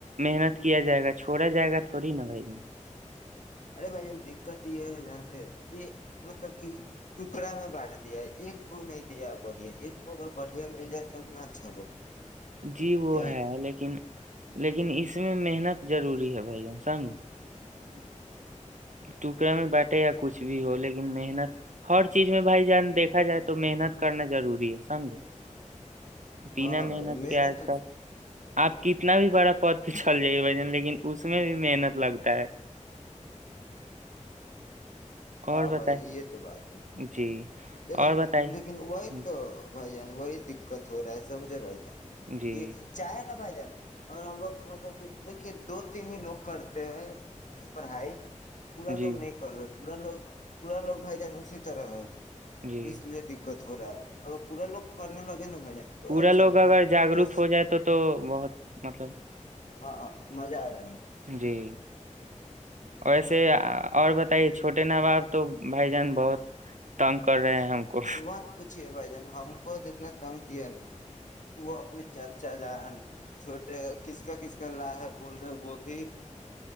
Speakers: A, on the right; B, on the left.
A: محنت کیا جائے گا چھوڑا جائے گا تھوڑی نا بھائی ج
B: ارے بھائی جان دقت یہ ہے جانتے یہ مطلب کہ ٹکڑا میں بانٹ دیا ہے ایک کو نہیں دیا بڑھیا ایک کو اگر بڑھیا مل جائے تب نہ اچھا ہو
A: جی وہ
B: کیا
A: ہے لیکن لیکن اس میں محنت ضروری ہے بھائی جین سمج
B: ہ
A: ٹکڑا میں بٹے آپ کچھ بھی ہو لیک محنت ہر چیز میں بھائی جان دیکھا جائے تو محنت کرنا ضروری ہے سمجھے بنا
B: ہاں بھائی محنت
A: کے آج کا آپ کتنا بھی بڑا پد پ چھل جائیے بھ جن لیکن اس میں بھی محنت لگتا ہے
B: ہاں
A: اور
B: بھائیان
A: بتائیں
B: یہ تو بات ہے
A: جی
B: لیکن
A: اور بتائیں
B: لیکن وہی
A: جی
B: تو بھائی جان وہی دقت ہو رہا ہے سمجھے بھائی جان
A: جی
B: یہ چائے نہ پائ جے اور ہم لوگ مطلب کہ دیکھیے دو تین ہی لوگ کرتے ہیں ملب پڑھائی پورا
A: جی
B: لوگ نہیں کر سک پورا لوگ پورا لوگ بھائی جان اسی طرح ہے
A: جی
B: اس لیئے دقت ہو رہا ہے اگر پورا لوگ کرنے لگے نا بھائی جان تو
A: پورا
B: اچھا
A: لوگ
B: ہوتا
A: اگر
B: تھوڑا
A: جاگروک ہو جائے تو تو بہت مطلب
B: ہاںاں مزہ آ جائے گا
A: جی ویسے اور بتائیے چھوٹے ن باپ تو بھائی جان بہت تنگ کر رہے ہیں ہم کو
B: مت پوچھیے بھائی جان ہم کو جتنا تنگ ہے نا وہ اپنے چرچ اچا جان چھوٹے کس کا کس کا لا ہے بول رہے وہ بھی ت